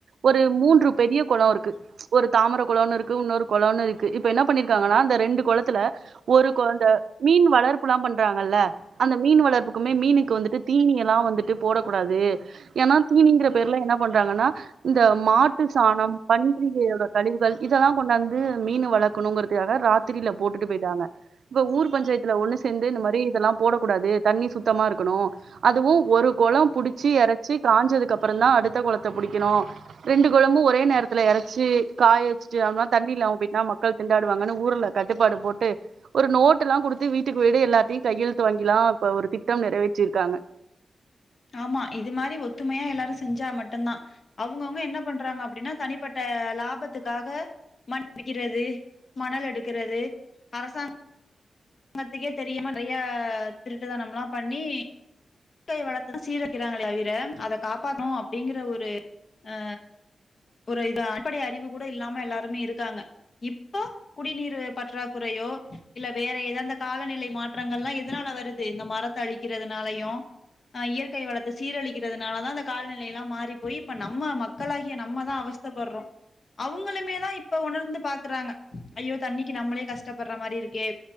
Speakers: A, on the right; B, on the left.
A: ஒரு மூன்று பெரிய குளோ இருக்கு ஒரு தாமரோ குழன்னு இருக்கு இன்னொரு குழம்ன்னு இருக்கு இப்ப என்ன பண்ணிருக்காங்கன்னா அந்த ரெண்டு கொளத்துல ஒரு கொ அந்த மீன் வளர்ப்புல்லா பண்றாங்கல்ல அந்த மீன் வளர்ப்புக்குமே மீனுக்கு வந்துட்டு நீ எல்லா வந்துட்டு போடக்கூடாது ஏன்னா தீனிங்கிற பேர்ல என்ன ந்தாங்கன்னா இந்த மாட்டு சாணம் பண்டிகையோட கழிவுகள் இதெல்லா கொண்டாந் து மீன் வளர்க்கணுங்கிறதுக்க ராத்திரில போட்டுட்டு போயிட்டாங்க இப்ப ஊர் பஞ்சாயத்துல ஒன்னு சேந்து இந்த மாரி தி இதெல்லா போடக்கூடாது தண்ணி சுத்தமா இருக்கணு அதுவு ஒரு குளம் புடிச்சி இறைச்சி காயஞ்சதுக்கு அப்புறதா அடுத்த கொளத்த புடிக்கணு ரெண்டு கொழமு ஒரே நேரத்துல இரைச்சி காய வச்சுட்டுனா தண்ணி இல்லாம போய்டா மக்கள் திண்டாடுவாங்கன்னு ஊர்ல கட்டுப்பாடு போட்டு ஒரு நோட்டு எல்லா குடுத்து வீட்டுக்கு வீடு எல்லாத்தையு கையெழுத்து வாங்கிலா இப்ப ஒரு திட்டம் நிறைவேற்றிரு க்காங்க
B: ஆமா இது மாரி ஒத்துமையா எல்லாரு செஞ்சா மட்டுதா அவுங்கவுங்க என்ன பண்றாங்க அப்பிடின்னா தனிப்பட்ட லாபத்துக்காக மண்டிக்கிறது மணல் எடுக்கிறது அரசாங் ங்கத்துக்கே தெரியுமா நெறைய திருட்டுதனம்ல்லா பண்ணி க்கே வளத்ததா சீர வைக்கிறாங்களே தவிர அத காப்பாத்தணு அப்பிடிங்கிற ஒரு அ ஒரு இது அடிப்படை அறிவு கூட இல்லாம எல்லாருமே இரு க்காங்க இப்ப குடிநீர் பற்றாக்குறையோ இல்ல வேற எதா காலநிலை மாற்றங்கல்லா எதனால வருது இந்த மரத்த அழிக்கிறதுனாலையு அ இயற்கை வளத்த சீரழிக்கிறதுனாலதா அந்த கால்நிலையல்லா மாறி போய் இப்ப நம்ம மக்களாகிய நம்மதா அவஸ்தப்பறோ அவுங்களுமேதா இப்ப உணர்ந்து பாக்குறாங்க ஐயோ தண்ணிக்கு நம்மளே கஷ்டப்பற மாரி இருக்கே